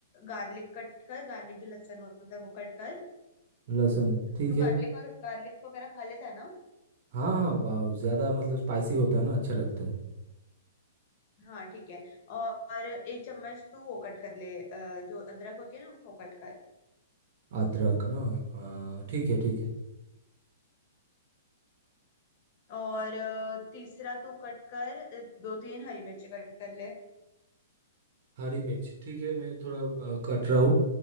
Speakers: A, on the left; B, on the right.
A: गार्लिक कट कर गार्लिक जो लहसुन होता है वो कट कर
B: लहसुन ठीक
A: तू
B: है
A: गार्लिक और गार्लिक वगैरह खा लेता है ना
B: हाँ हाँ वाह, ज़्यादा मतलब स्पाइसी होता है ना अच्छा लगता है
A: हाँ ठीक है और और एक चम्मच तू वो कट कर ले अ, जो अदरक होती है ना वो कट कर
B: अदरक ना आ, ठीक है ठीक है
A: और अ, तीसरा तू कट कर अ, दो तीन हरी मिर्ची कट कर ले
B: हरी मिर्च ठीक है मैं थोड़ा आ, कट रहा हूँ